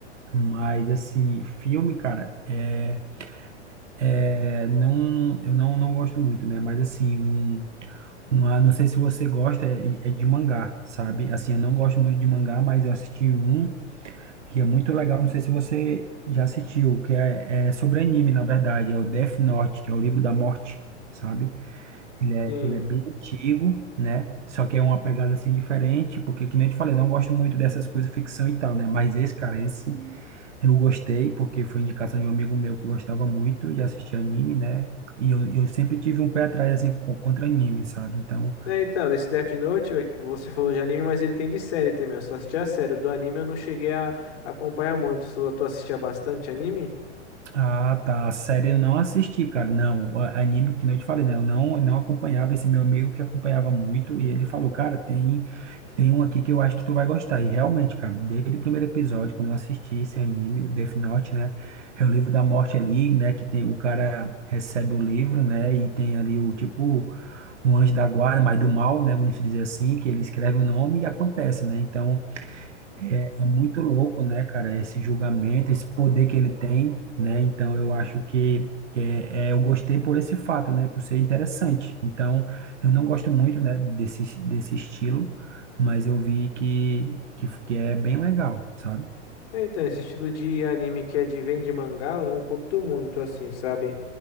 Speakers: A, on the right; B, on the left.
A: Mas assim, filme, cara, é. É, não, eu não, não gosto muito, né? Mas assim, um, uma, não sei se você gosta, é, é de mangá, sabe? Assim, eu não gosto muito de mangá, mas eu assisti um e é muito legal. Não sei se você já assistiu, que é, é sobre anime, na verdade, é o Death Note, que é o livro da morte, sabe? Ele é,
B: Sim.
A: ele é bem antigo, né? Só que é uma pegada assim diferente, porque, que nem eu te falei, eu não gosto muito dessas coisas ficção e tal, né? Mas esse, cara, esse. Eu gostei, porque foi indicação de um amigo meu que gostava muito de assistir anime, né? E eu, eu sempre tive um pé atrás, assim, co- contra anime, sabe? Então,
B: É, então, desse Death Note, é que você falou de anime, mas ele tem de série também. Eu só assisti a série. O do anime eu não cheguei a a acompanhar muito. Sua- Tu assistia bastante anime?
A: ah, tá, a série eu não assisti, cara. Não, a- anime, que nem eu te falei, né? Eu não, eu não acompanhava esse meu amigo que acompanhava muito, e ele falou, cara, tem, tem um aqui que eu acho que tu vai gostar. E realmente, cara, desde o primeiro episódio, quando eu assisti esse anime, Death Note, né? É o livro da morte ali, né? Que tem o cara recebe o livro, né? E tem ali o tipo. um anjo da guarda, mas do mal, né, vamos dizer assim, que ele escreve o nome e acontece, né? Então, é, é muito louco, né, cara, esse julgamento, esse poder que ele tem, né? Então, eu acho que, que é, é, eu gostei por esse fato, né, por ser interessante. Então, eu não gosto muito, né, desse, desse estilo, mas eu vi que, que, que é bem legal, sabe?
B: É, então, esse estilo de anime que é de vem de mangá, eu não curto muito, assim, sabe?